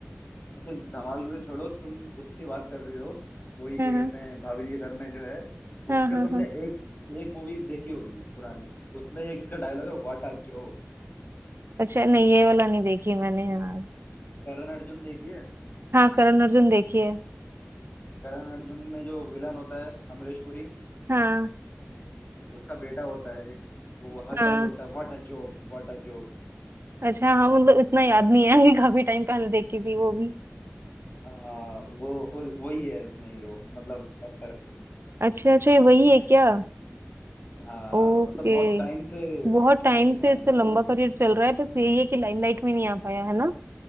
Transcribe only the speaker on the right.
हाँ
हाँ
हाँ
हाँ
हाँ
अच्छा नहीं ये वाला नहीं देखी मैंने हाँ
हाँ करण अर्जुन देखी है
हाँ
हाँ
अच्छा हाँ मतलब इतना याद नहीं है <laughs> कि काफी टाइम पहले देखी थी वो भी
अच्छा अच्छा ये वही है क्या
ओके
बहुत टाइम
से
इसका
लंबा
करियर चल रहा है बस यही है कि लाइमलाइट में नहीं आ पाया है ना